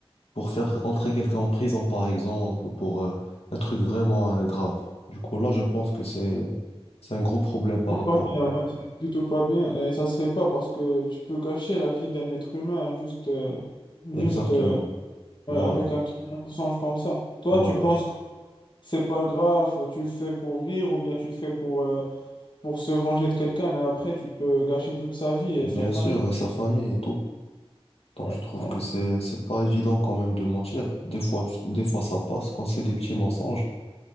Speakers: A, on the left; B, on the left.
A: pour faire rentrer quelqu'un en prison, par exemple, ou pour euh, un truc vraiment euh, grave. Du coup, là, je pense que c'est, c'est un gros problème par
B: C'est
A: rapport.
B: pas bien, ouais, c'est du tout pas bien. Et ça se fait pas parce que tu peux gâcher la vie d'un être humain hein, juste, euh, juste
A: Exactement.
B: euh, ouais,
A: Voilà,
B: avec un petit mensonge comme ça. Toi,
A: voilà.
B: tu penses que c'est pas grave, tu le fais pour rire ou bien tu le fais pour, euh, pour se venger de quelqu'un, mais après, tu peux gâcher toute sa vie et
A: Bien
B: sa famille.
A: sûr, et sa famille et tout. Donc,
B: Ouais,
A: je trouve
B: donc,
A: que c'est, c'est pas évident quand même de mentir. Des fois, tu- des fois, ça passe quand c'est des petits mensonges.